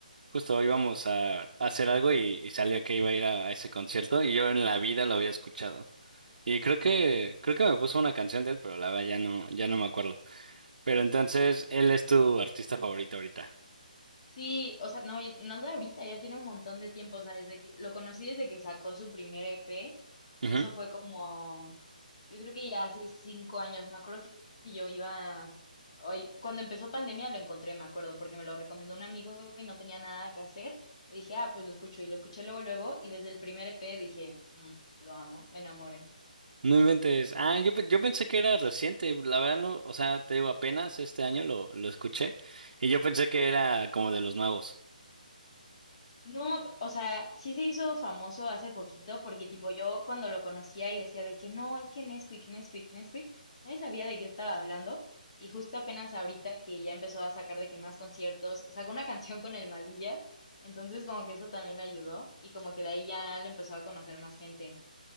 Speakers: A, on the right; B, on the left.
A: justo íbamos a, a hacer algo y, y salió que iba a ir a a ese concierto y yo en la vida lo había escuchado. Y creo que, creo que me puso una canción de él, pero la verdad ya no, ya no me acuerdo. Pero entonces, él es tu artista favorito ahorita.
B: Sí, o sea, no, y- no de ahorita, ya tiene un montón de tiempo, o sea, desde que lo conocí desde que sacó su primer EP,
A: Ujú.
B: que eso fue como, yo creo que ya hace cinco años, me acuerdo que yo iba, hoy, cuando empezó pandemia lo encontré, me acuerdo, porque me lo recomendó un amigo y no tenía nada que hacer, y dije, ah, pues lo escucho, y lo escuché luego, luego, y desde el primer EP dije, "Mm, lo amo, me enamoré.
A: No inventes. Ah, yo, pe- yo pensé que era reciente. La verdad no, o sea, te digo, apenas este año lo, lo escuché. Y yo pensé que era como de los nuevos.
B: No, o sea, sí se hizo famoso hace poquito porque tipo yo cuando lo conocía y decía de que no, es que Nesquik, Nesquik, Nesquik, nadie sabía de qué estaba hablando y justo apenas ahorita que ya empezó a sacar de que más conciertos, sacó una <laughs> canción con el Malilla, entonces como que eso también le ayudó y como que de ahí ya lo empezó a conocer más gente.